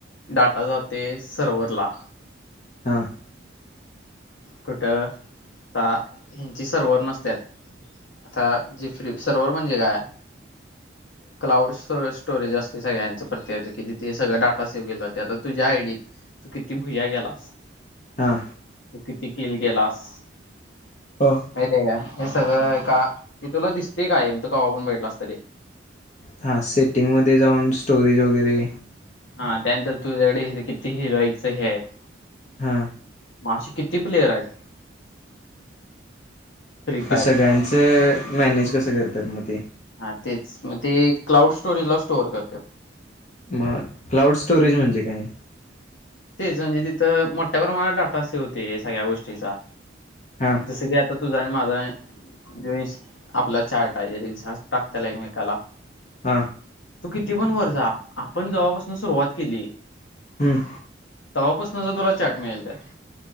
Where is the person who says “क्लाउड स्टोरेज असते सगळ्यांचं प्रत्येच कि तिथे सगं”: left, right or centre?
Left